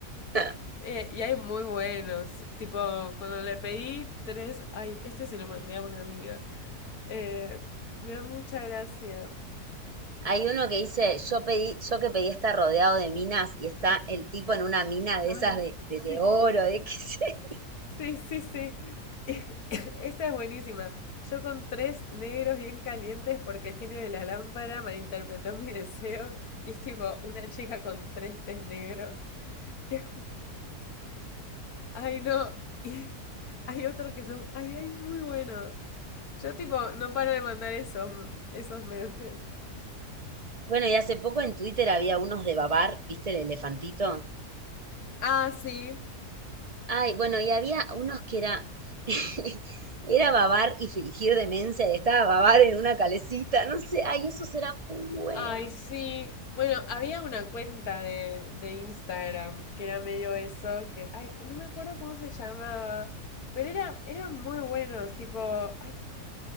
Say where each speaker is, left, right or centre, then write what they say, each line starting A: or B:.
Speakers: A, on the right; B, on the left.
A: <laughs>
B: Eh, y hay muy buenos. Tipo, cuando le pedí tres, ay, este se lo mandé a una amiga. Eh, me da mucha gracia.
A: Hay uno que dice, yo pedí, yo que pedí estar rodeado de minas y está el tipo en una mina de
B: Ay,
A: esas de,
B: sí.
A: de, de oro, de qué sé. <laughs>
B: Sí, sí, sí. <laughs> Esta es buenísima. Yo con tres negros bien calientes porque el genio de la lámpara malinterpretó mi deseo y es tipo una chica con tres tés negros. Que es mu- Ay, no. <laughs> Y hay otros que son... Ay, hay muy buenos. Yo tipo no paro de mandar esos, esos memes.
A: Bueno, y hace poco en Twitter había unos de babar, ¿viste el elefantito?
B: Ah, sí.
A: Ay, bueno, y había unos que era, <laughs> era babar y fingir demencia y estaba babar en una calecita, no sé, ay, esos eran muy buenos.
B: Ay, sí. Bueno, había una cuenta de, de Instagram que era medio eso, que, ay, no me acuerdo cómo se llamaba, pero era, eran muy buenos, tipo, ay,